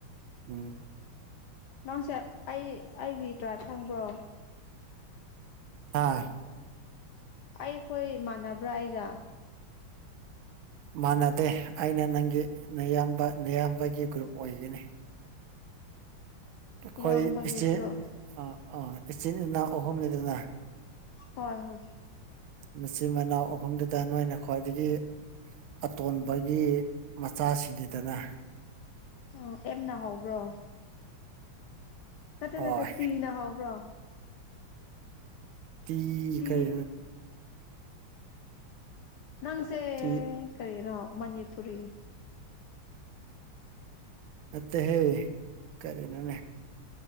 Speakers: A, on the right; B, on the left.
A: ꯎꯝ
B: ꯅꯪꯁꯦ ꯑꯩ ꯑꯩꯒꯤ ꯗ꯭ꯔꯥꯏꯕ ꯈꯪꯕ꯭ꯔꯣ
A: ꯍꯥꯥ
B: ꯑꯩꯈꯣꯏ ꯏꯃꯥꯟꯅꯕ꯭ꯔꯥ ꯑꯩꯒ
A: ꯃꯥꯟꯅꯗꯦ ꯑꯩꯅ ꯅꯪꯒꯤ ꯅꯌꯥꯝꯕ ꯅꯌꯥꯝꯕꯒꯤ ꯒ꯭ꯔꯨꯞ ꯑꯣꯏꯒꯅꯤ ꯑꯩꯈꯣꯏ
B: ꯏꯌꯥꯝꯕꯒꯤꯗ꯭ꯔꯣ
A: ꯏꯆꯤꯟ ꯑꯥ ꯑꯥ ꯏꯆꯤꯟ ꯏꯅꯥꯎ ꯑꯍꯨꯝꯅꯤꯗꯅ
B: ꯍꯣꯏ ꯍꯣꯏ
A: ꯃꯆꯤꯟ ꯃꯅꯥꯎ ꯑꯍꯨꯝꯗꯨꯗ ꯅꯣꯏꯅ ꯈ꯭ꯋꯥꯏꯗꯒꯤ ꯑꯇꯣꯟꯕꯒꯤ ꯃꯆꯥꯁꯤꯡꯅꯤꯗꯅ
B: ꯑꯣ ꯑꯦꯝꯅ ꯍꯧꯕ꯭ꯔꯣ ꯅꯠꯇꯦ
A: ꯍꯣꯏ
B: ꯅꯠꯇꯦ ꯇꯤꯅ ꯍꯧꯕ꯭ꯔꯣ
A: ꯇꯤ
B: ꯇꯤ
A: ꯀꯔꯤ
B: ꯅꯪꯁꯦ
A: ꯇꯤ
B: ꯀꯔꯤꯅꯣ ꯃꯅꯤꯄꯨꯔꯤ
A: ꯅꯠꯇꯦ ꯍꯦ ꯀꯔꯤ ꯅꯣꯅꯦ